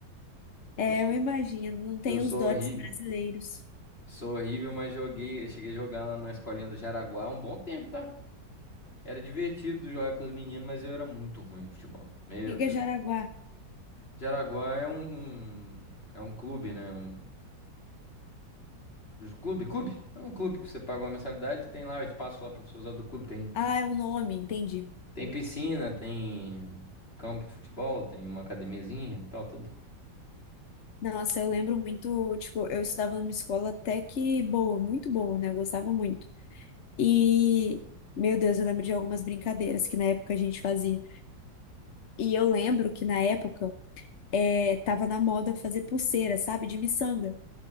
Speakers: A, on the left; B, on the left.
A: É,
B: Eu sou,
A: eu imagino, não tem
B: eu sou
A: os dotes
B: horrível.
A: brasileiros.
B: Sou horrível, mas joguei, eu cheguei a jogar lá na escolinha do Jaraguá há um bom tempo, tá? Era divertido jogar com os meninos, mas eu era muito ruim no futebol. Meu
A: O que
B: Deus.
A: que é Jaraguá?
B: Jaraguá é um, um- é um clube, né? Um, Clube, clube. É um clube que você paga uma mensalidade e tem lá o espaço lá para você usar do clube. Tem,
A: Ah, é o nome, entendi.
B: tem piscina, tem campo de futebol, tem uma academiazinha e tal, tudo.
A: Nossa, eu lembro muito, tipo, eu estudava numa escola até que boa, muito boa, né? Eu gostava muito. E, meu Deus, eu lembro de algumas brincadeiras que na época a gente fazia. E eu lembro que na época, é, tava na moda fazer pulseira, sabe? De miçanga.